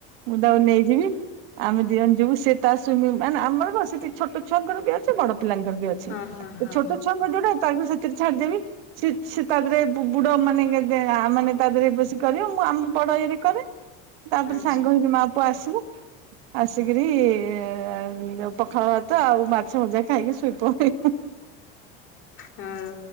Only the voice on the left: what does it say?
ହଁ
ହଁ ହଁ
ଆଚ୍ଛା।
ହଁ